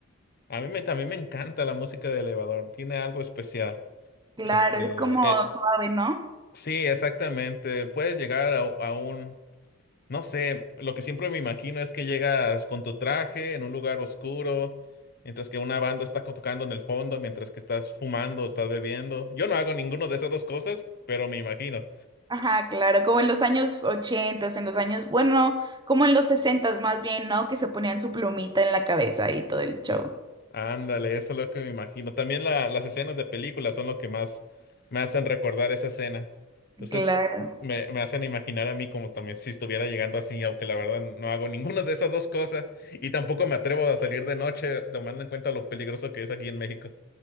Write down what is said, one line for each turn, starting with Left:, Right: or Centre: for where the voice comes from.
Left: A mí me, también me encanta la música de elevador, tiene algo especial.
Right: Claro,
Left: Este,
Right: es como
Left: eh,
Right: suave, ¿no?
Left: sí, exactamente. Puedes llegar a, a un, no sé, lo que siempre me imagino es que llegas con tu traje en un lugar oscuro, mientras que una banda está co- tocando en el fondo, mientras que estás fumando, estás bebiendo. Yo no hago ninguno de esas dos cosas, pero me imagino.
Right: Ajá, claro, como en los años 80, en los años, bueno, como en los 60 más bien, ¿no? Que se ponían su plumita en la cabeza y todo el show.
Left: Ándale, eso es lo que me imagino. También la- las escenas de películas son lo que más me hacen recordar esa escena. Entonces,
Right: Claro.
Left: me, me hacen imaginar a mí como también si estuviera llegando así, aunque la verdad no hago ninguna de esas dos cosas y tampoco me atrevo a salir de noche, tomando en cuenta lo peligroso que es aquí en México.